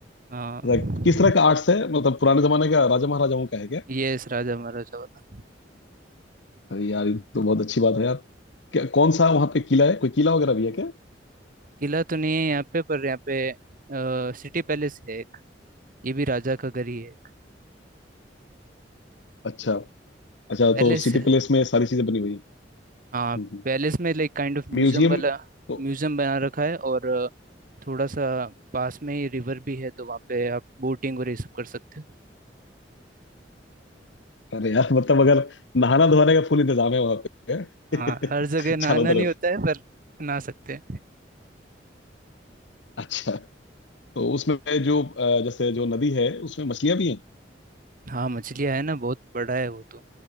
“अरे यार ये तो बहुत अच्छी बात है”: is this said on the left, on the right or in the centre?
Left